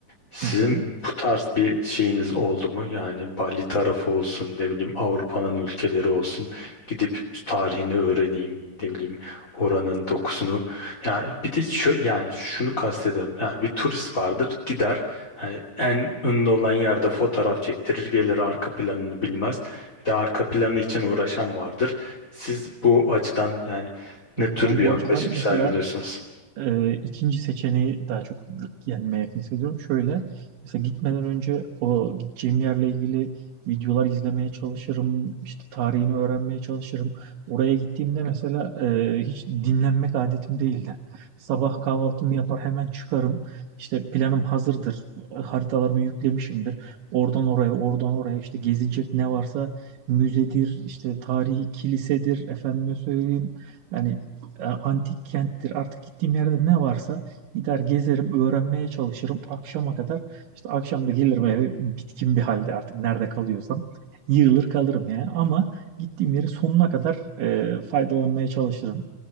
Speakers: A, on the left; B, on the right.
A: Sizin
B: Hı hı.
A: bu tarz bir şeyiniz oldu mu? Yani Bali tarafı olsun, ne bileyim Avrupa'nın ülkeleri olsun. Gidip tarihini öğreneyim, ne bileyim oranın dokusunu. Yani bir de şu, yani şunu kastediyorum. Yani bir turist vardır, gider. Yani en ünlü olan yerde fotoğraf çektirir, gelir arka planını bilmez. Bir de arka planı için uğraşan vardır. Siz bu açıdan yani ne
B: Yok
A: tür
B: ben
A: bir
B: bu
A: yaklaşım
B: açıdan mesela
A: sergiliyorsunuz?
B: Ee, ikinci seçeneği daha çok kendime yakın hissediyorum. Şöyle, mesela gitmeden önce o gideceğim yerle ilgili videolar izlemeye çalışırım, işte tarihini öğrenmeye çalışırım. Oraya gittiğimde mesela e, hiç dinlenmek adetim değildi. Sabah kahvaltımı yapar hemen çıkarım. İşte planım hazırdır, haritalarımı yüklemişimdir. Oradan oraya, oradan oraya işte gezilecek ne varsa müzedir, işte tarihi kilisedir, efendime söyleyeyim. Yani e, antik kenttir. Artık gittiğim yerde ne varsa gider gezerim, öğrenmeye çalışırım. Akşama kadar işte akşam da gelirim eve bitkin bir halde artık nerede kalıyorsam. Yığılır kalırım yani ama gittiğim yeri sonuna kadar e, faydalanmaya çalışırım.